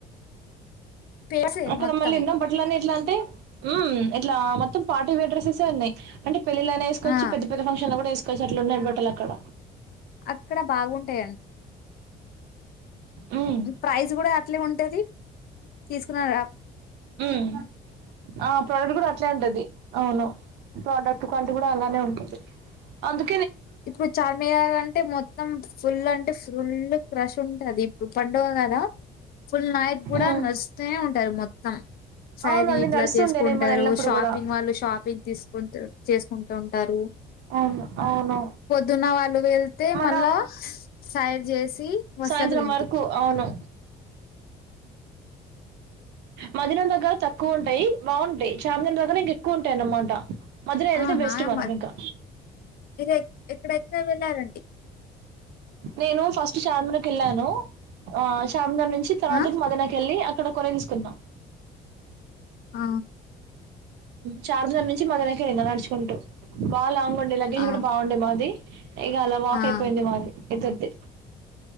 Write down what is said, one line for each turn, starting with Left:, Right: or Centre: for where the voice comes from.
Left: పేర్సే
Right: అక్కడ
Left: మొత్తం
Right: మళ్ళీ ఎనో బట్లనే ఇట్లా అం టే హ్మ్ ఇట్లా మొత్తం పార్టీ వేర్ డ్రెస్సెసే ఉన్నాయి అంటే పెళ్లిలోన ఏస్కోచ్చు
Left: ఆ
Right: పెద్ద పెద్ద ఫంక్షన్ లో కూడా ఏసుకోచ్చు అట్ల ఉన్నాయి బట్టల్ అక్కడ
Left: అక్కడ బాగుంటాయి అన్
Right: మ్మ్
Left: ప్రైజ్ కూడా అట్లే ఉంటది తీసుకున్నారా
Right: మ్ ఆ ప్రోడక్ట్ కూడా అట్లే ఉంటది అవును ప్రోడక్ట్ క్వాలిటీ కూడా అలానే ఉంటది అందు
Left: ఇప్పుడు చార్మినార్ అంటే మొత్తం ఫుల్ అంటే ఫుల్ క్రష్ అది ఇప్పుడు పండుగ కదా ఫుల్ నైట్ కూడా
Right: మ్మ్
Left: నస్తానే ఉంటారు మొత్తం సైది
Right: అవునండి
Left: ఇట్లా
Right: నడుస్తుండే
Left: చేసుకుంటారు
Right: నేను మనం వెళ్ళినప్పుడు
Left: షాపింగ్
Right: కూడా
Left: వాళ్ళు షాపింగ్ తీసుకుంటారు చేసుకుంటా ఉంటారు
Right: అవును అవును
Left: పొద్దున్న వాళ్ళు వెళ్తే
Right: మనం
Left: మళ్ళా సైడ్ చేసి వస్తారు
Right: సాయంత్రం
Left: ఇంటికి
Right: వరకు అవును మధినం దగ్గర తక్కువ ఉంటాయి బావుంటాయి చార్మినార్ దగ్గర ఇంక ఎక్కువ ఉంటాయి అనమాట మధిర ఎళ్తే
Left: ఆహా
Right: బెస్ట్ మనం
Left: మరి
Right: ఇంకా
Left: మీరు ఎక్కడెక్కడ వెళ్ళాలండి
Right: నేను ఫస్ట్ చార్మనకి ఏళ్ళాను ఆ చార్మిన నుంచి తర్వాత
Left: ఆ
Right: మధిన కేళ్ళి అ క్కడ కోరేన్స్కున్నా
Left: ఆ
Right: చార్మినార్ నుంచి మదుర కె ఇంక నడుచుకుంటూ బా లాంగ్ ఉండే లగేజ్
Left: ఆ
Right: కూడా బావుండే మాది ఏగల వాక్
Left: ఆ
Right: అయిపోయింది మాది ఇద్దర్ది